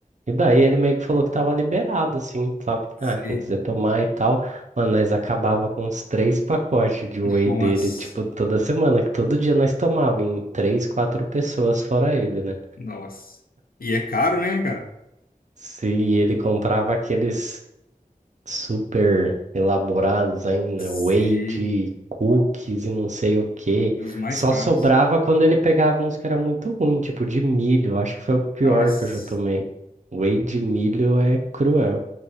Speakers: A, on the right; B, on the left.
A: E daí ele meio que falou que tava liberado, assim, sabe?
B: Sei.
A: Ah, quem quiser tomar e tal. Mano, nós acabava com uns três pacotes de whey
B: Nossa.
A: dele, tipo, toda semana, que todo dia nós tomava em três, quatro pessoas, fora ele, né?
B: Nossa. E é caro, né, cara?
A: sim e ele comprava aqueles super elaborados ainda,
B: Sim.
A: whey de cookies e não sei o que.
B: Os mais
A: Só
B: caros.
A: sobrava quando ele pegava uns que era muito ruim, tipo de milho. Acho que foi o pior
B: Nossa.
A: que eu já tomei. Whey de milho é cruel.